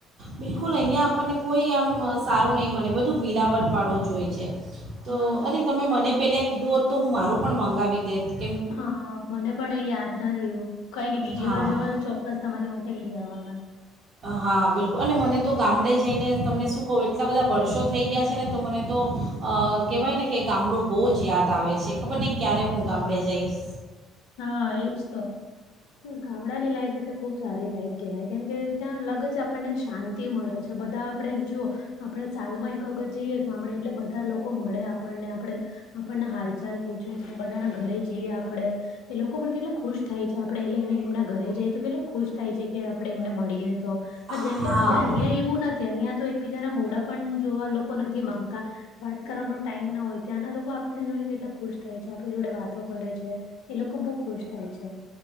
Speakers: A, on the right; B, on the left.
A: બિલકુલ અહીંયા આપણને કોઈ આમ સારું નહીં મળે બધું મિલાવટવાળું જોય છે. તો
B: હમ
A: અરે તમે મને પહેલાં કીધું હોત તો હું મારું પણ મંગાવી દે ત.
B: હા મને પણ એ યાદ ના રહ્યું કઈ નઈ બીજી
A: હા
B: વાર જવા તો ચો ક્સ તમારી માટે લઈ આવવામાં મેં.
A: હા બિલકુલ અને મને તો ગામડે જઈને તમને શું કહું એટલા બધા વર્ષો થઈ ગયા છે ને તો મને તો અ કહેવાય ને કે ગામડું બહુ જ યાદ આવે છે, ખબર નહીં ક્યારે હું ગામડે જઈશ.
B: હા એજ તો ગામડા ની લાઈફ એટલે ખુબ સારી લાઈફ કહેવાય કેમ કે ત્યાં લગ જ આપણને શાંતિ મળે છે બધા આપણે જુઓ આપણેે સાલમાં એક વખત જઈએ ગામડે એટલે બધા લોકો મળે આપણને આપણે આપણના હાલચાલ પૂછે છે બધાના ઘરે જઈએ આપડે એ લોકો પણ કેટલા ખુશ થાય છે આપડે એલેને એમના ઘરે જાય તો કેટલા ખુશ થાય છે કે આપડે એમને મળીએ તો પણ
A: હા
B: જેમ કે આપડે અહિયાં એવું નથી અહિયાં તો એક બીજાના મોડા પણ જોવા લોકો નથી માંગતા વાત કરવાનો ટાઈમ ના હોય ત્યાંના લોકો આપને જોઈને કેટલા ખુશ થાય છે આપણી જોડે વાતો કરે છે, એ લોકો બો ખુશ થાય છે.